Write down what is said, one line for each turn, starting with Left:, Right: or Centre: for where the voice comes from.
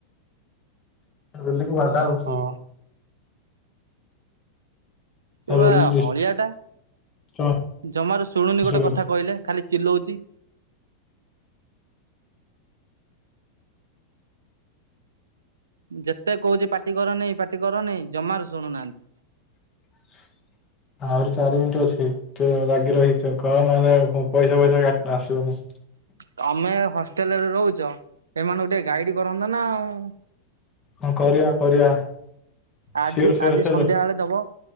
Left: ବିଲୁକୁ ବାଡା
Right: ଓହୋ
Left: ହଉଚି।
Right: ସେ ବା
Left: ରୋଲି
Right: ହଳିଆ ଟା
Left: ଡିଷ୍ଟର୍ବାନ୍ସ
Right: ଜମାରୁ ଶୁଣୁନି ଗୋଟେ
Left: କରୁଛି।
Right: କଥା କହିଲେ ଖାଲି ଚିଲଉଛି। ଯେତେ କହୁଛି ପାଟିକରନେଇ ପାଟିକରନେଇ ଜମାରୁ ଶୁଣୁନାହାନ୍ତି।
Left: <unintelligible> ଆହୁରି ଚାରି ମିନିଟ ଅଛି ଟେ ଲାଗି ରହିଛ କହ ନହେଲେ ପଇସା ଫଇସାା ଆସିବନି?
Right: ତମେ ହଷ୍ଟେଲରେ ରହୁଛ ଏମାନଙ୍କୁ ଟିକେ ଗାଇଡ କରନ୍ତ ନା ଆଉ।
Left: ହ କରିବା କରିବା।
Right: ଆଜି
Left: ସିଓର ସିଓର
Right: ଆଜି
Left: ସିଓର
Right: ସନ୍ଧ୍ୟା ବେଳେ ଦବ।